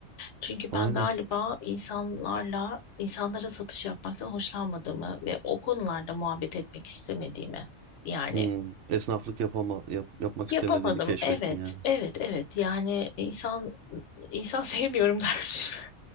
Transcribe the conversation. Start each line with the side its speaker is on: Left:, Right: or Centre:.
Left: Çünkü
Right: aynen.
Left: ben galiba insanlarla, insanlara satış yapmaktan hoşlanmadığımı ve o konularda muhabbet etmek istemediğimi yani
Right: Hmm, esnaflık yapama, yap- yapmak istemediğini
Left: yapamadım.
Right: keşfettin
Left: Evet,
Right: yani.
Left: evet, evet. Yani insan insan sevmiyorum <laughs> dermişim.